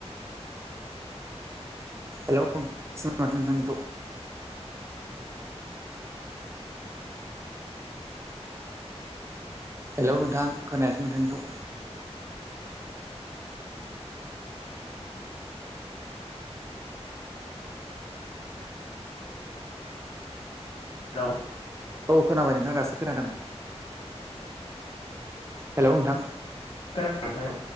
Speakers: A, on the right; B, on the left.
A: हेलौ <unintelligible> माथो नोंथांनिखौ हेलौ नोंथां खोनायासै नोंथांनिखौ
B: हेलौ
A: औ खोनाबाय नोंथां दासो खोनादोंमोन हेलौ नोंथां
B: खोनादों नोंथाङा